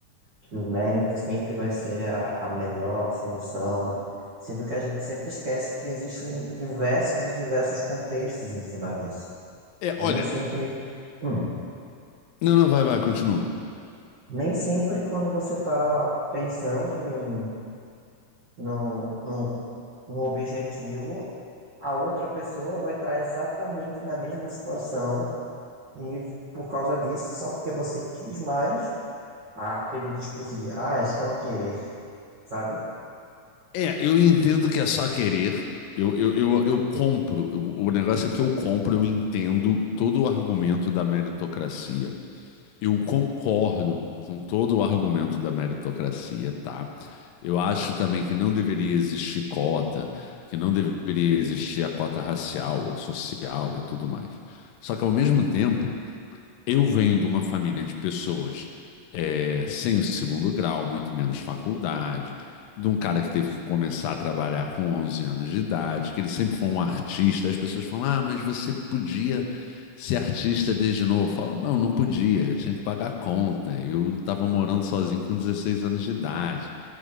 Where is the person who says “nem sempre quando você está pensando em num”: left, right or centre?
Right